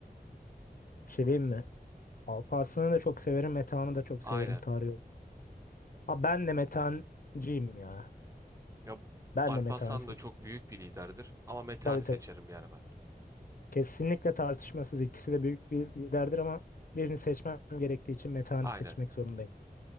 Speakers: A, on the left; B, on the right.
A: şey diyeyim mi? Alparslan'ı da çok severim. Metehan'ı da çok
B: Aynen.
A: severim tarih olarak. Ha, ben de Metehan'cıyım ya.
B: Ya
A: Ben
B: Alparslan
A: de Metehan'ı seçiyorum.
B: da çok büyük bir liderdir ama Metehan'ı
A: Tabii tabii.
B: seçerim yani ben.
A: Kesinlikle tartışmasız. İkisi de büyük bir liderdir ama birini seçmem gerektiği için Metehan'ı
B: Aynen.
A: seçmek zorundayım.